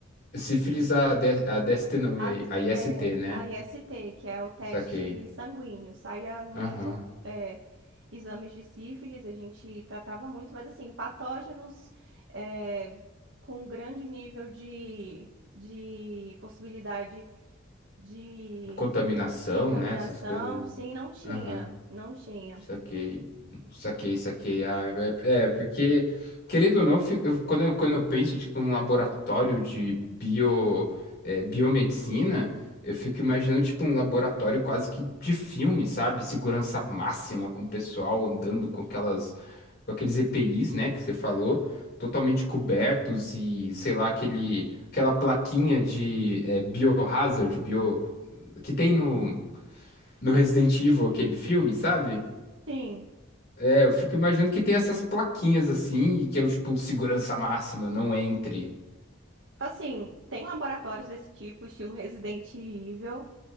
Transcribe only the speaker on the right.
A,
d-
é,
a IST, que é o teste
sanguíneo, saía muito
é, exames de sífilis, a gente tratava muito, mas assim, patógenos é, com grande nível de, de possibilidade de
contaminação.
Sim, não tinha,
não tinha.
Sim.
Assim, tem laboratórios desse tipo, estilo Resident Evil,